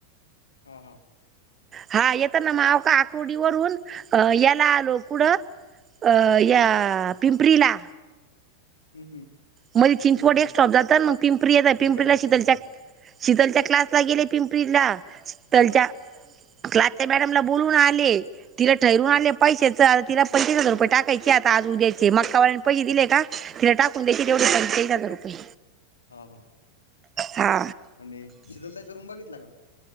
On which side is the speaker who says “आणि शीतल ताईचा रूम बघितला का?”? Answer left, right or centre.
Left